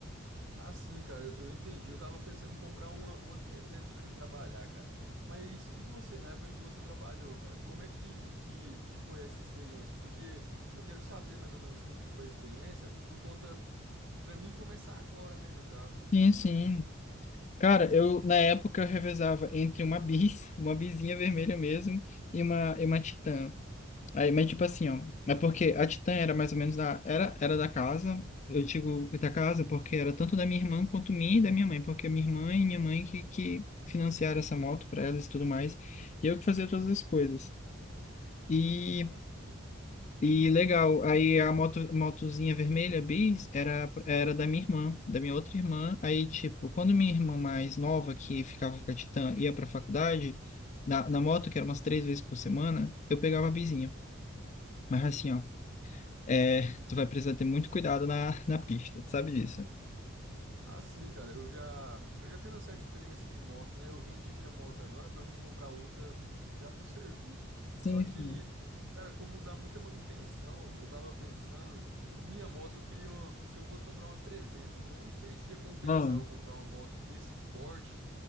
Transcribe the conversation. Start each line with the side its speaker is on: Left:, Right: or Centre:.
Right: Ah, sim, cara, eu eu entendi. Eu tava pensando em comprar uma, uma 300 pra mim trabalhar, cara. Mas e você, na época que você trabalhou, cara? Como é que, que, que foi essa experiência? Porque eu quero saber mais ou menos como que foi a experiência, por conta, pra mim começar agora, né, no caso.
Left: Sim, sim. Cara, eu na época eu revezava entre uma bis, uma bisinha vermelha mesmo, e uma, e uma titã. Aí, mas tipo assim, ó, é porque a titã era mais ou menos da, era, era da casa, eu digo da casa porque era tanto da minha irmã quanto minha e da minha mãe, porque minha irmã e minha mãe que, que financiaram essa moto pra elas e tudo mais, e eu que fazia todas as coisas. E
Right: Ah, sim.
Left: e legal, aí a moto, motozinha vermelha, bis, era, era da minha irmã, da minha outra irmã. Aí, tipo, quando minha irmã mais nova, que ficava com a Titã, ia pra faculdade, na, na moto, que era umas três vezes por semana, eu pegava a bisinha. Mas assim, ó, é, tu vai precisar ter muito cuidado na, na pista, sabe disso?
Right: Ah, sim, cara, eu já, eu já tenho uma certa experiência de moto, né? Eu vendi minha moto agora pra mim comprar outra já pro serviço.
Left: Sim,
Right: Só que,
Left: sim.
Right: cara, como dá muita manutenção, eu tava pensando, minha moto eu queria, uma- se eu fosse comprar uma 300, eu não sei se ia compensar
Left: Não,
Right: eu comprar uma moto desse porte